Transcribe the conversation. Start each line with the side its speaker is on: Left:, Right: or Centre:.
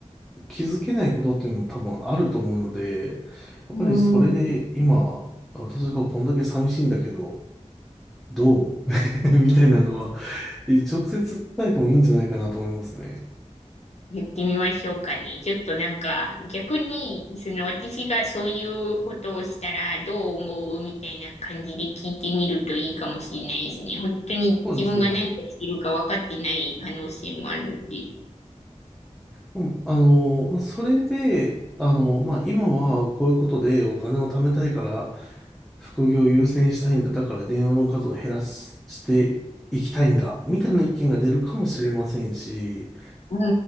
Centre: 気づけないことっていうのも多分あると思うので、や
Left: うーん。
Centre: っぱりそれで今、私がこんだけ寂しいんだけど、どう <laughs> みたいなのは、直接伝えてもいいんじゃないかなと思いますね。
Left: やってみましょうかね。ちょっとなんか、逆に、その私がそういうことをしたらどう思うみたいな感じで聞いてみるといいかもしれないですね。本当に自分が何をしているか分かってない可能性もあるんで。
Centre: そうですね。うんあの、まあそれで、あの、まあ、今はこういうことでお金を貯めたいから、副業を優先したいんだ。だから電話の数を減らすしていきたいんだ。みたいな意見が出るかもしれませんし、
Left: うん。う